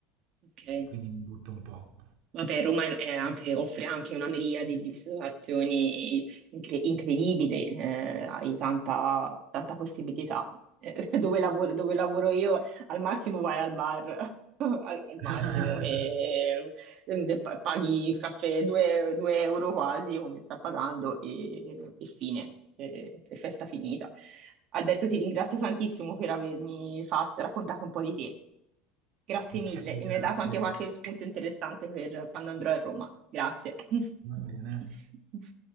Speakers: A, on the right; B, on the right.
A: ok.
B: Quindi mi butto un po'.
A: Vabbè, Roma è anche- offre anche una miriade di situazioni incre- incredibili, eh, hai tanta, tanta possibilità. Eh, <laughs> dove lavoro, dove lavoro io, al massimo vai al bar, <laughs> al, al
B: <laughs>
A: massimo, e, e pa- paghi il caffè 2 euro quasi, come sta pagando, e, e fine, e, e festa finita. Alberto, ti ringrazio tantissimo per avermi fatto, raccontato un po' di te. Grazie
B: Ok,
A: mille e
B: grazie.
A: mi hai dato anche qualche spunto interessante per quando andrò a Roma. Grazie. <laughs>
B: Va bene.